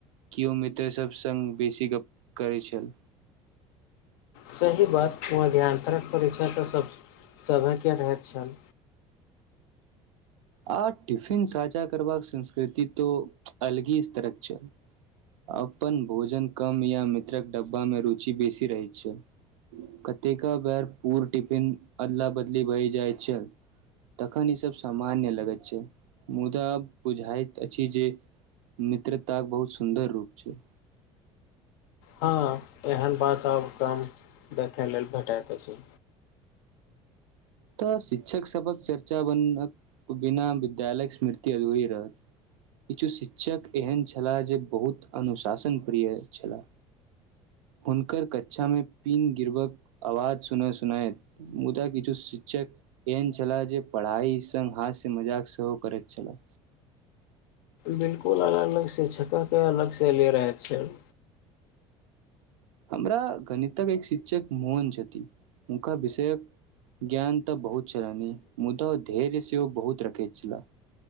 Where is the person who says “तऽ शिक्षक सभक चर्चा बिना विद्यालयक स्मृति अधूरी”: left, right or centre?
Right